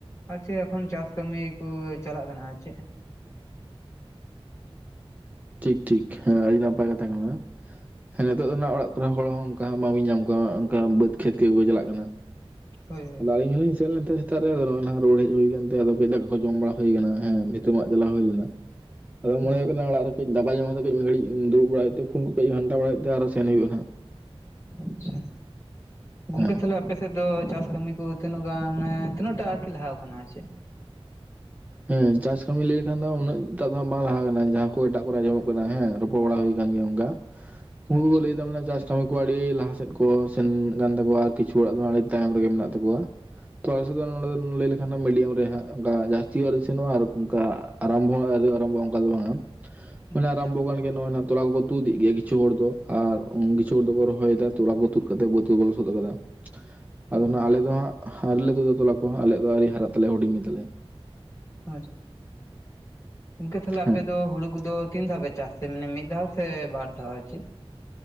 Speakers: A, on the left; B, on the right.
A: ᱟᱨ ᱪᱮᱫ ᱮᱠᱷᱚᱱ ᱪᱟᱥ ᱠᱟᱹᱢᱤ ᱠᱚ ᱪᱟᱞᱟᱜ ᱠᱟᱱᱟ ᱟᱨ ᱪᱮᱫ?
B: ᱴᱷᱤᱠ ᱴᱷᱤᱠ ᱦᱮᱸ ᱟᱹᱰᱤ ᱱᱟᱯᱟᱭ ᱠᱟᱛᱷᱟ ᱠᱟᱱᱟ᱾ ᱦᱮᱸ ᱱᱤᱛᱚᱜ ᱫᱚ ᱱᱟᱦᱟᱜ ᱚᱲᱟᱜ ᱠᱚᱨᱮ ᱦᱚᱲ ᱦᱚᱸ ᱚᱱᱠᱟ ᱵᱟᱝᱵᱤᱧ ᱧᱟᱢ ᱠᱚᱣᱟ ᱚᱱᱠᱟ ᱵᱟᱹᱫᱽ ᱠᱷᱮᱛ ᱜᱮᱠᱚ ᱪᱟᱞᱟᱜ ᱠᱟᱱᱟ᱾
A: ᱦᱳᱭ ᱦᱳᱭ
B: ᱟᱫᱚ ᱟᱹᱞᱤᱧ ᱦᱚᱞᱤᱧ ᱥᱮᱱ ᱞᱮᱱᱛᱮ᱾ ᱥᱮᱛᱟᱜ ᱨᱮᱜᱮ ᱟᱫᱚ ᱱᱟᱜ ᱨᱩᱣᱟᱹᱲ ᱦᱮᱡ ᱦᱩᱭ ᱠᱟᱱᱛᱮ, ᱟᱫᱚ <unintelligible> ᱫᱟᱠᱟ ᱠᱚ ᱡᱚᱢ ᱵᱟᱲᱟ ᱦᱩᱭ ᱠᱟᱱᱟ ᱦᱮ ᱵᱷᱤᱛᱟᱹ ᱢᱟᱜ ᱪᱟᱞᱟ ᱦᱩᱭ ᱞᱮᱱᱟ᱾ ᱟᱫᱚ ᱢᱚᱱᱮ
A: ᱚ
B: ᱦᱩᱭᱩᱜ ᱠᱟᱱᱟ ᱚᱲᱟᱜ ᱨᱮ ᱠᱟᱹᱡ ᱫᱟᱠᱟ ᱡᱚᱢ ᱠᱟᱛᱮ ᱠᱟᱹᱡ ᱢᱤᱫ ᱜᱷᱟᱹᱲᱤᱡ ᱫᱩᱲᱩᱵ ᱵᱟᱲᱟ ᱦᱩᱭᱩᱜ ᱛᱮ ᱯᱷᱚᱱ ᱠᱚ ᱠᱟᱹᱡ ᱜᱷᱟᱱᱴᱟ ᱵᱟᱲᱟ ᱦᱩᱭᱩᱜ ᱛᱮ ᱟᱨᱦᱚᱸ ᱥᱮᱱ ᱦᱩᱭᱩᱜᱼᱟ ᱱᱟᱜ᱾
A: ᱟᱪᱪᱷᱟ ᱜᱚᱝᱠᱮ
B: ᱦᱮᱸ
A: ᱛᱟᱦᱞᱮ ᱟᱯᱮᱥᱮᱫ ᱫᱚ ᱪᱟᱥ ᱠᱟᱹᱢᱤ ᱠᱚ ᱛᱤᱱᱟᱹᱜ ᱜᱟᱱ ᱢᱟᱱᱮ ᱛᱤᱱᱟᱹᱜ ᱴᱟ ᱟᱨᱠᱤ ᱞᱟᱦᱟ ᱟᱠᱟᱱᱟ ᱟᱨ ᱪᱮᱫ?
B: ᱦᱮᱸ ᱪᱟᱥ ᱠᱟᱹᱢᱤ ᱞᱟᱹᱭ ᱞᱮᱠᱷᱟᱱ ᱫᱚ ᱩᱱᱟᱹᱜᱴᱟᱜ ᱫᱚ ᱵᱟᱝ ᱞᱟᱦᱟ ᱠᱟᱱᱟ ᱡᱟᱦᱟᱸ ᱠᱚ ᱮᱴᱟᱜ ᱠᱚᱨᱮ ᱟᱡᱚᱢᱚᱜ ᱠᱟᱱᱟ ᱦᱮᱸ ᱨᱚᱯᱚᱲ ᱵᱟᱲᱟ ᱦᱩᱭ ᱟᱠᱟᱱ ᱜᱮᱭᱟ ᱚᱱᱠᱟ ᱩᱱᱠᱩ
A: ᱟᱪᱪᱷᱟ
B: ᱞᱟᱹᱭ ᱮᱫᱟ ᱪᱟᱥ ᱠᱟᱹᱢᱤ ᱠᱚ ᱟᱹᱰᱤ ᱞᱟᱦᱟ ᱥᱮᱫ ᱠᱚ ᱥᱮᱱ ᱠᱟᱱ ᱛᱟᱠᱚᱣᱟ ᱟᱨ ᱠᱤᱪᱷᱩ ᱦᱚᱲᱟᱜ ᱫᱚ ᱟᱹᱰᱤ ᱛᱟᱭᱚᱢ ᱨᱮᱜᱮ ᱢᱮᱱᱟᱜ ᱛᱟᱠᱚᱣᱟ᱾ ᱟᱞᱮ ᱥᱮᱫ ᱫᱚ ᱱᱚᱰᱮ ᱞᱟᱹᱭ ᱞᱮᱠᱷᱟᱱ ᱢᱤᱰᱤᱭᱟᱢ ᱨᱮ ᱦᱟᱜ ᱚᱱᱠᱟ ᱥᱤ ᱟᱣᱨᱤ ᱥᱮᱱᱚᱜᱼᱟ ᱟᱨ ᱚᱱᱠᱟ ᱟᱨᱟᱢᱵᱚ ᱟᱣᱨᱤ ᱟᱨᱟᱢᱵᱚᱜᱼᱟ᱾ ᱚᱱᱠᱟ ᱫᱚ ᱵᱟᱝᱼᱟ? ᱢᱟᱱᱮ
A: ᱟᱪᱪᱷᱟ
B: ᱟᱨᱟᱢᱵᱚ ᱠᱟᱱᱟ ᱱᱚᱜ-ᱚᱭ ᱱᱟᱜ ᱾ ᱛᱚᱞᱟ ᱠᱚᱠᱚ ᱛᱩᱫ ᱮᱫ ᱜᱮᱭᱟ ᱠᱤᱪᱷᱩ ᱦᱚᱲ ᱫᱚ ᱟᱨ ᱠᱤᱪᱷᱩ ᱦᱚᱲ ᱫᱚᱠᱚ ᱨᱚᱦᱚᱭᱮᱫᱟ ᱛᱚᱞᱟ ᱠᱚ ᱛᱩᱫ ᱠᱟᱛᱮ ᱵᱟᱹᱫ ᱠᱚᱠᱚ ᱞᱚᱥᱚᱫᱚ ᱟᱠᱟᱫᱟ᱾ ᱟᱫᱚ
A: ᱚ
B: ᱦᱟᱜ ᱟᱞᱮ ᱫᱚ ᱦᱟᱸᱜ ᱟᱣᱨᱤᱞᱮ ᱛᱩᱫᱟ ᱛᱚᱞᱟ ᱠᱚᱦᱚᱸ, ᱟᱞᱮᱭᱟᱜ ᱫᱚ ᱟᱹᱣᱨᱤ ᱦᱟᱨᱟᱜ ᱛᱟᱞᱮ ᱦᱩᱰᱤᱧ ᱜᱮ ᱛᱟᱞᱮᱭᱟ᱾
A: <unintelligible> ᱜᱚᱝᱠᱮ ᱛᱟᱦᱚᱞᱮ ᱟᱯᱮ
B: ᱦᱮᱸ
A: ᱫᱚ ᱦᱩᱲᱩ ᱠᱚᱫᱚ ᱛᱤᱱ ᱫᱷᱟᱣ ᱯᱮ ᱪᱟᱥ ᱛᱮ ᱢᱟᱱᱮ ᱢᱤᱫ ᱫᱷᱟᱣ ᱥᱮ ᱵᱟᱨ ᱫᱷᱟᱣ ᱟᱨ ᱪᱮᱫ